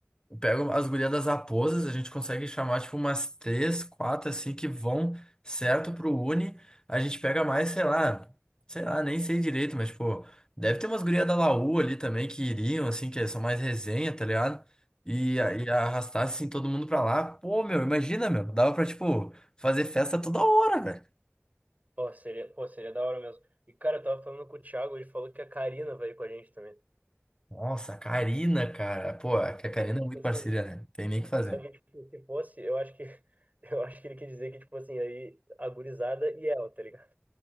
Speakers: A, on the left; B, on the right.
A: Pego as gurias das aposas, a gente consegue chamar tipo umas três, quatro assim que vão certo pro Uni. A gente pega mais, sei lá, sei lá, nem sei direito, mas tipo, deve ter umas gurias da Laú ali também que iriam, assim, que são mais resenha, tá ligado? E,
B: Sim.
A: a- e arrastasse assim todo mundo pra lá. Pô, meu, imagina, meu, dava pra tipo fazer festa toda hora, velho.
B: Pô, seria, pô, seria da hora mesmo. E, cara, eu tava falando com o Thiago, ele falou que a Karina vai ir com a gente também.
A: Nossa, a Karina, cara. Pô, é que a Karina
B: Só que, tipo
A: é muito
B: assim,
A: parceira, né? Tem nem o que fazer.
B: só que, tipo, se fosse, eu acho que, <laughs> eu acho que ele quer dizer que, tipo assim, aí, a gurizada e ela, tá ligado?